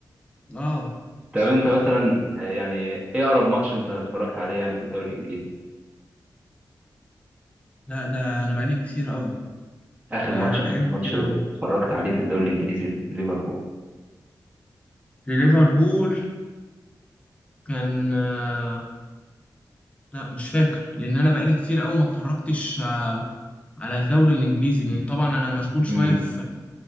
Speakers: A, on the left; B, on the right.
A: اه
B: طب انت مثلا آه، يعني ايه اقرب ماتش انت اتفرجت عليه يعني في الدوري الانجليزي
A: لا ده أنا بقالي كتير أوي
B: اخر
A: ده
B: ماتش
A: أنا بقالي
B: اخر ماتش
A: كتير أوي
B: اتفرجت عليه في الدوري الانجليزي ليفربول
A: لليفربول كان آه، لا مش فاكر لأن أنا بقالي كتير أوي ما اتفرجتش آه، على الدوري الانجليزي لان طبعا انا مشغول
B: امم
A: شويه في